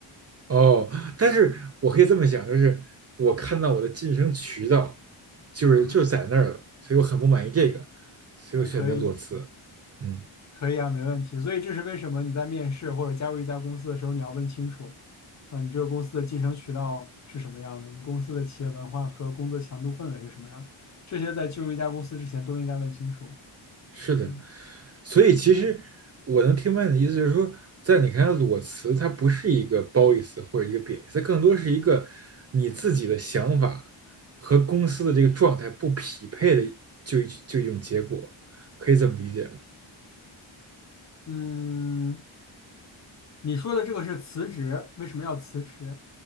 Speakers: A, on the right (about 35°); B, on the left (about 35°).
A: 哦，但是我可以这么想，就是我看到我的晋升渠道就是就是在那儿了，
B: 啊
A: 所以我很不满意这个，所以我选择裸辞。
B: 啊，可以，
A: 嗯，
B: 可以啊，没问题。所以这是为什么你在面试或者加入一家公司的时候，你要问清楚啊，你这个公司的晋升渠道是什么样的，你公司的企业文化和工作强度氛围是什么样这些在进入一家公司之前都应该问清楚。
A: 是的，
B: 嗯
A: 所以其实我能听明白你的意思，就是说，在你看来，裸辞它不是一个褒义词或者一个贬义词，它更多是一个你自己的想法和公司的这个状态不匹配的，就就一种结果，可以这么理解吗？
B: 嗯，你说的这个是辞职，为什么要辞职